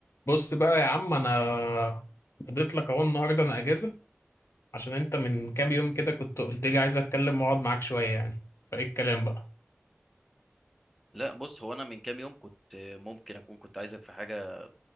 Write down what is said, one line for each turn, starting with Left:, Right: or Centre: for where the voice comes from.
Left: بص بقى يا عم انا فضيت لك اهو النهارده انا اجازه عشان انت من كام يوم كده كنت قلت لي عايز اتكلم واقعد معاك شويه يعني فايه الكلام بقى
Centre: لا بص هو انا من كام يوم كنت ممكن اكون كنت عايزك في حاجه